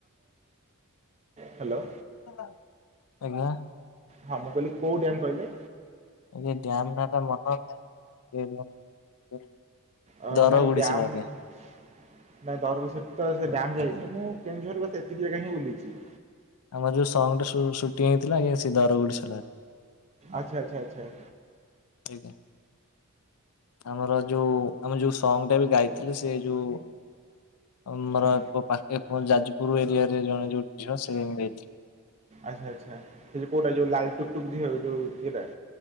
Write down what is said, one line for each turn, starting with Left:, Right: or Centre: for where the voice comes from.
Right: ହ୍ୟାଲୋ।
Left: ଆଜ୍ଞା।
Right: ହଁ ମୁଁ କହିଲି କୋଉ ଡ଼୍ୟାମ କହିଲେ?
Left: ଏ ଡ଼୍ୟାମଟା ତ <unintelligible>
Right: ଅ
Left: ଦରଗୋଡ଼ିଶିଲା
Right: ନାଇଁ ଡ୍ୟାମ୍
Left: ଆଜ୍ଞା।
Right: <inaudible> ନାଇଁ ଦରଗୋଡିଶିଲା ତ ସେ ଡ଼୍ୟାମ ଯାଇଛି। ମୁଁ କେଉଁଝର ଏତିକି ଜାଗା ହିଁ ବୁଲିଛି।
Left: ଆମର ଯଉ ସଙ୍ଗ ଟା ସୁଟିଂ ହେଇଥିଲା ଆଜ୍ଞା ସେ ଦରଗୁଡିଶିଳା ରେ।
Right: ଆଛା ଆଚ୍ଛା ଆଛା।
Left: ଆଜ୍ଞା। ଆମର ଯଉ ଆମେ ଯଉ ସଙ୍ଗଟା ବି ଗାଇଥିଲେ ସେ ଯୋଉ ଆମର
Right: ହୁଁ
Left: ପାଖେ ଯାଜପୁର ଏରିଆ ରେ ଜଣେ ଯୋଉ ଝିଅ ସେ ଗାଇଥି
Right: ଆଚ୍ଛା ଆଛା ସେ କଉଟା ଯଉ ଲା ଟୁକ୍ ଟୁକ୍ ଝିଅ ଯଉ ଇଏଟା।